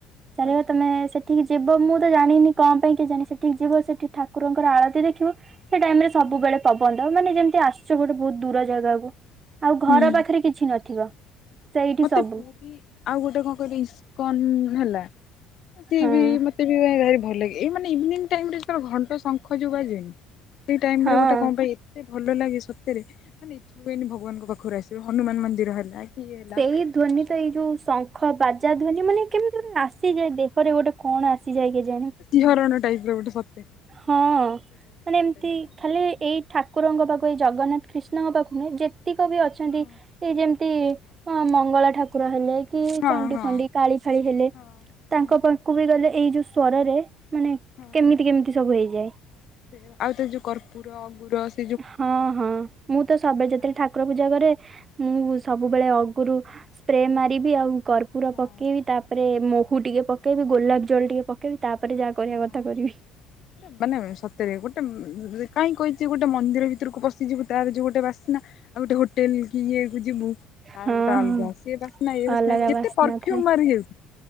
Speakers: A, on the right; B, on the left.
A: ଚାଲିବ
B: ଆଚ୍ଛା
A: ତମେ
B: ଆଚ୍ଛା
A: ସେଠିକି ଯିବ ମୁଁ ତ ଜାଣିନି କ ପାଇଁ କେଜାଣି ସେଠିକି ଯିବ ସେଠି ଠାକୁରଙ୍କର ଆଳତି ଦେଖିବ ସେ ଟାଇମ ରେ ସବୁବେଳେ
B: ହଁ
A: ପବନ ଦବ ମାନେ ଯେମିତି ଆସଚୁ ଗୋଟେ ବହୁତ ଦୂର ଜାଗାକୁ ଆଉ ଘର
B: ହୁଁ।
A: ପାଖରେ କିଛି ନଥିବ। ସେଇଠି
B: ମତେ
A: ସବୁ
B: ପୁରୀ ଆଉ ଗୋଟେ କଁ କହିଲେ ଇସ୍କନ ହେଲା। ସିଏ
A: ହଁ
B: ବି ମତେ ବି ଭାରି ଭଲ ଲାଗେ ଏଇ ମାନେ ଇଭିନିଙ୍ଗ ଟାଇମ୍‌ରେ ଯେତେବେଳେ ଘଣ୍ଟ ଶଙ୍ଖ ଯୋଉ ବାଜେନି। ସେଇ ଟାଇମ
A: ହଁ
B: ରେ ଗୋଟେ କଣ ପାଇଁ ଏତେ ଭଲ ଲାଗେ ସତରେ ମାନେ ଇଚ୍ଛା ହୁଏନି ଭଗବାନଙ୍କ ପାଖରୁ ଆସିବା ହନୁମାନ ମନ୍ଦିର ହେଲା କିଏ ହେଲା।
A: ଏଇ
B: ମାନେ
A: ଧ୍ୱନି
B: ସତରେ
A: ତ ଏଇ ଯୋଉ ଶଙ୍ଖ ବା ଜା ଧ୍ୱନି ମାନେ କେମିତି ଗୋଟେ ଆସିଯାଏ ଦେହରେ ଗୋଟେ କଣ ଆସିଯାଏ କେଜାଣି।
B: ଝରଣ ଟାଇପ ର ଗୋଟେ ପ
A: ହଁ ମାନେ ଏମିତି
B: ଲାଗେ
A: ଖାଲି ଏଇ ଠା ଠାକୁରଙ୍କ ପାଖକୁ ଏ ଜଗନ୍ନାଥ କ୍ରୀଷ୍ଣଙ୍କ ପାଖକୁ ନୁହେଁ ଯେତିକ ବି ଅଛନ୍ତି
B: ହଁ
A: ଏ ଯେମିତି ମଙ୍ଗଳା ଠାକୁର ହେଲେ କି
B: ହଁ
A: ଚଣ୍ଡି
B: ହଁ
A: ଫଣ୍ଡି କାଳି ଫାଳି ହେଲେ।
B: ହଁ
A: ତାଙ୍କ
B: ହଁ
A: ପାଖକୁ ବି ଗଲେ ଏଇ ଯୋଉ ସ୍ଵରରେ ମାନେ
B: ହଁ
A: କେମିତି କେମିତି ସବୁ ହେଇଯାଏ।
B: ସେ ଆଉ ତ ଯୋଉ କର୍ପୁର ଅଗୁରସ
A: ହଁ ହଁ ମୁଁ ତ ସବବେ ଯେତେଳେ
B: ଗୀତ
A: ଠା ର ପୂଜା କରେ ମୁଁ ସବୁବେଳେ ଅଗୁରୁ ସ୍ପ୍ରେ ମାରିବି ଆଉ କର୍ପୁ ପୁର
B: ହଁ
A: ପକେଇବି ତାପରେ ମହୁ ଟିକେ ପକେଇବି ଗୋଲାପ ଜଲ ଟିକେ ପକେଇବି ତାପରେ ଯାହା କରିବା
B: ହଁ
A: କଥା କରିବି।
B: ମାନେ ସତରେ ଗୋଟେ କାହିଁ କହିଛି ଗୋଟେ ମନ୍ଦିର ଭିତରକୁ ପଶିଯିବୁ ତାର ଯୋଉ ଗୋଟେ ବାସିନା ଆଉ ଗୋଟେ ହୋଟେଲ କି ଇଏ କୁ ଯିବୁ। ତାର
A: ହଁ
B: ଗୋଟେ ଅଲଗା
A: ହଁ
B: ସିଏ ବାସ୍ନା ଏ
A: ଅଲଗା
B: ବାସନା ଯେତେ
A: ବାସ୍ନା
B: ପରଫ୍ୟୁମ
A: ଥାଏ
B: ମାରିହଉ।